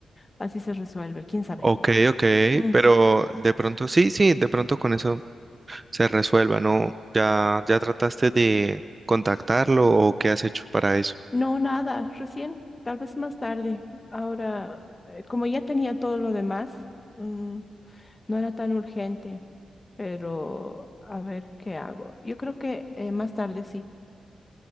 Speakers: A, on the left; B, on the right.
A: así se resuelve, quién sabe.
B: Ok, ok,
A: Mm,
B: pero de pronto, sí, sí, de pronto con eso se resuelva, ¿no? ¿Ya, ya trataste de contactarlo o qué has hecho para eso?
A: No, nada, recién, tal vez más tarde. Ahora, eh, como ya tenía todo lo demás, mm, no era tan urgente, pero a ver qué hago. Yo creo que eh, más tarde sí,